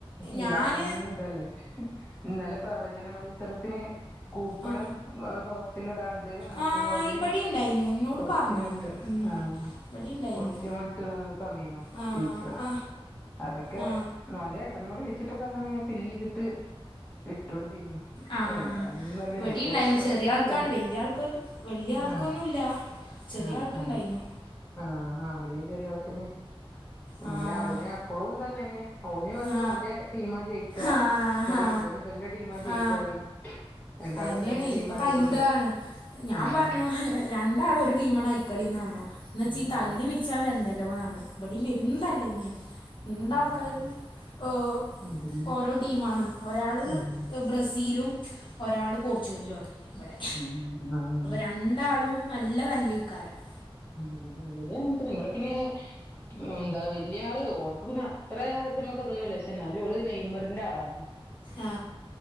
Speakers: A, on the left; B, on the left.
A: ഞാൻ
B: എല്ലാടീനും ഇതല്ലേ ഇന്നലെ പ്രവചന മത്സരത്തിന് കൂപ്പണ്
A: ആ
B: ബോക്സിൽ ഇടാണ്ട് അപ്പോ
A: ആ,
B: അതിന്
A: ഇവിടെ ഉണ്ടായിരുന്നു എന്നോട്
B: ക്വസ്റ്റ്യൻ
A: പറഞ്ഞിരുന്നു
B: ഇട്ട്
A: ഉം.
B: ആഹ്
A: ഇവിടെ ഉണ്ടായിരുന്നു
B: കൊസ്റ്റ്യൻ വിട്ട് തന്നീനു
A: ആ
B: ടീച്ചറ്
A: ആ
B: അതൊക് ക്കെ
A: ആ
B: ഓന്റെ ഏട്ടനോട് ചോദിച്ചിട്ടൊക്കെ അങ്ങനെ ഫില്ല് ചെയ്തിട്ട് ഇട്ട് കൊടുത്തീന്നു
A: ആഹ്
B: എന്താണെന്നല്ലേ
A: ഇവിടെയുണ്ടായിരുന്നു
B: നമ്മളിപ്പോ പ്രവചിക്കല്ലേ
A: ചെറിയ ആൾക്കാണ് വലിയ ആൾക്ക വലിയ ആൾക്കൊന്നും
B: ആഹ്
A: ഇല്ല ചെറിയ
B: ആഹ്
A: ആൾക്കുണ്ടായിന്നു
B: ആഹ് ആഹ് ഇവിടെയും ചെറിയി ആൾക്ക് തന്നെ അങ്ങനെ
A: ആ
B: അതന്നെ അപ്പളും തല്ല്തന്നെ ഓനു പറയും
A: ആ
B: ഓന്റെ ടീം ജയിക്ക
A: ആ
B: പറയും
A: ആ
B: ഇവന് ഇവന്റെ ടീംമാജയിക്ക
A: ആ
B: പറയും രണ്ടാളും
A: അതന്നെയാണ്
B: രണ്ട് ടീം
A: ഇപ്പം
B: ആയതോണ്ടേ
A: തല്ലുകൂടാണ് ഞാൻ
B: ആഹ്
A: പറഞ്ഞു രണ്ടാളും ഒരു ടീമാണ് ഐക്കളിന്ന് പറഞ്ഞു എന്ന് വെച്ചൽ
B: ആഹ്
A: ഈ തല്ല് വിരിച്ചാന്ന് വരണ്ടല്ലോ എന്ന് പറഞ്ഞു. ഇവിടെയും പെരും തല്ല് തന്നെ രണ്ട് ആൾക്കാര്ക്കും
B: ആഹ്
A: ഓഹ്
B: അതന്നെ
A: ഓരോ ടീമാണ് ഒരാള്
B: ഉം
A: ബ്രസീലും ഒരാള് പോർച്ചുഗലുമാണ് ഇവിടെ
B: ഉം ആഹ്
A: രണ്ടാളുംളും നല്ല തല്ലീ <unintelligible>
B: ഉം ഇവിടെഅങ്ങനെ തന്നെ നമ്മടെ പിന്നെ എന്താ വലിയ ആള് ഓൾക്ക് പിന്നെ അത്ര ഇതു മക്ക് ഇതൊന്നുമില്ലപക്ഷേ എന്നാലും ഓള് നെയ്മറിന്റെ ആളാണ് ഉം
A: ആ